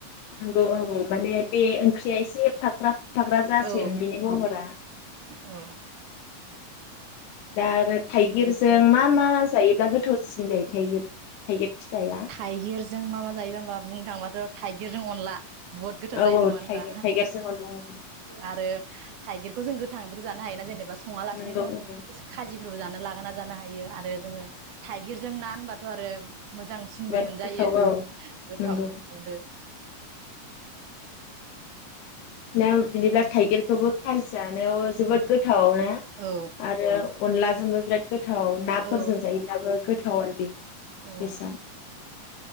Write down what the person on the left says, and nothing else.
नंगौ औ माने बे ओंख्रिया एसे फाख्रा फाख्रा जासिगोन
बिनि महरा
दा आरो थाइगिरजों मा मा जायोब्ला गोथावसिन जायो थाइगिर थाइगिर फिथाइया
औ
औ
थाइगिर थाइगिरजों अनला औ
नंगौ
औ
बिराद
गोथाव औ
नंगौ
नायाव बिदिब्ला थाइगिरखौबो खाजि जानायाव जोबोद गोथ थाव ना
आरो अनला जोंबो बेराद गोथाव नाफोरजों
जायोब्लाबो गोथाव आरो बेयो थेसा